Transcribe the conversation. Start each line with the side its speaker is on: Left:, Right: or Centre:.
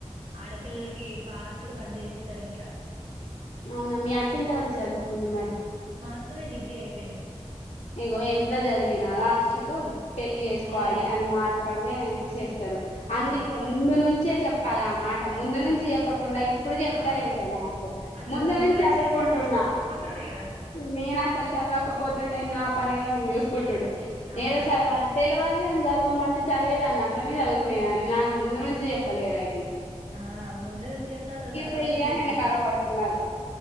Right: ఆడపిల్లలకి ఫాస్ట్ గా బంద్ చేపిస్తారు ఇంట్లా
Left: అవునా మీ అక్కెంత వరకు జదువు కొంది మరి.
Right: మాఅక్కది డిగ్రీ అయిపోయింది
Left: ఇగో ఎంత చదివిన లాస్ట్ కు పెళ్లి చేసుకోవాలి
Right: పెళ్ళే చేస్తారు
Left: అని మాత్రమే చేస్తారు. అందుకే
Right: ఆ
Left: ముందు నుంచే చె. పలా మాట ముందు నుంచి చెప్ప ఉండ ఇప్పుడు చెప్తారెంటో
Right: ఆ
Left: నాకు
Right: అసలు
Left: ముందు నుంచి చదువుకుంటున్నా
Right: చెప్తే అసలు చదవకపోతుండే కదా
Left: నేను అసలు చదవకపోతు నా పనేదో నేను యూస్ కుటై
Right: ఆ
Left: ఏదో చదవాలి తెలివాలి ఆ నే చదువమంటే చదివేదాన్ని అల్లనే చదువుకునేదాన్ని నాకు ముందు నుంచి చెప్పలేరు రయితీ.
Right: ఆ ముందు నుంచి చెప్తా అసలు చదవకనే
Left: పెళ్లి
Right: పోతుండే
Left: అని వెనకాల పడుతున్నారు